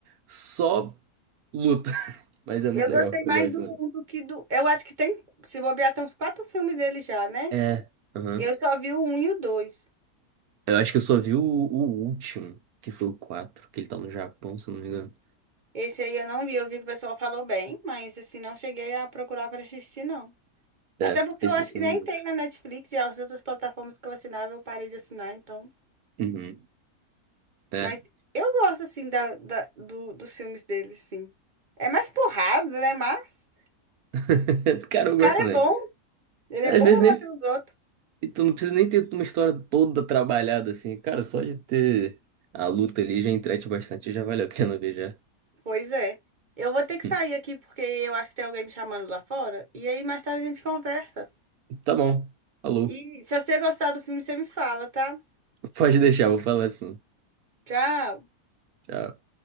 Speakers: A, on the right (about 75°); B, on the right (about 35°).
A: só luta. <laughs> Mas é
B: Eu
A: muito legal,
B: gostei mais
A: eu gosto
B: do
A: também.
B: um do que do. Eu acho que tem, se bobear, tem uns quatro filmes dele já, né?
A: É, aham.
B: Eu só vi o um e o dois.
A: Eu acho que eu só vi o, o último, que foi o 4, que ele tá no Japão, se eu não me engano.
B: Esse aí eu não vi, eu vi que o pessoal falou bem, mas assim, não cheguei a procurar para assistir, não.
A: É,
B: Até porque
A: esse
B: eu acho
A: eu só
B: que nem
A: vi o último.
B: tem na Netflix e as outras plataformas que eu assinava, eu parei de assinar, então.
A: Uhum. É.
B: Mas eu gosto, assim, da, da- do, dos filmes dele, sim. É mais porrada, né? Mas
A: <laughs> Cara,
B: o
A: eu
B: cara
A: gosto também.
B: é bom. Ele
A: É,
B: é bom
A: Às vezes
B: pra
A: nem.
B: bater nos outros.
A: e Tu não precisa nem ter uma história toda trabalhada assim. Cara, só de ter a luta ali já entrete bastante, já vale a pena ver já.
B: Pois é. Eu vou ter que
A: <laughs>
B: sair aqui porque eu acho que tem alguém me chamando lá fora. E aí mais tarde a gente conversa.
A: Tá bom. Alô.
B: E se você gostar do filme, você me fala, tá?
A: Pode deixar, vou falar assim.
B: Tchau.
A: Tchau.